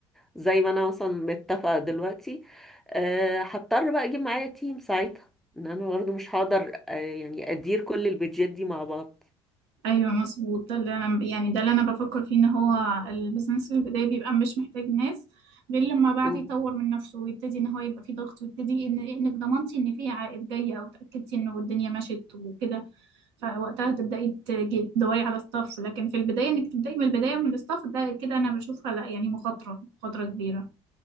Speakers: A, in the centre; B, on the right.
A: زي ما انا مثلا متفقة دلوقتي أه هضطر بقى اجيب معايا تيم ساعتها ان انا برضه مش هقدر أه يعني ادير كل البيجات دي مع بعض
B: ايوه مظبوط ده اللي انا يعني ده اللي انا بفكر فيه ان هو البيزنس في البداية بيبقى مش محتاج ناس غير لما بعد
A: مم.
B: يطور من نفسه ويبتدي ان هو يبقى فيه ضغط ويبتدي ان انك ضمنتي ان فيه عائد جاي او اتاكدتي انه الدنيا مشيت وكده فوقتها تبداي تجي- تدوري على ستاف لكن في البدايه انك تبداي من البدايه من الستاف ده كده انا بشوفها لا يعني مخاطره مخاطره كبيره